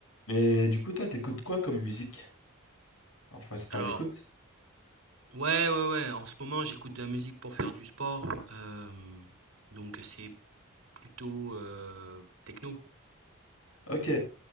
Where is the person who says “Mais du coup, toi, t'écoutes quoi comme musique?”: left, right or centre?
Left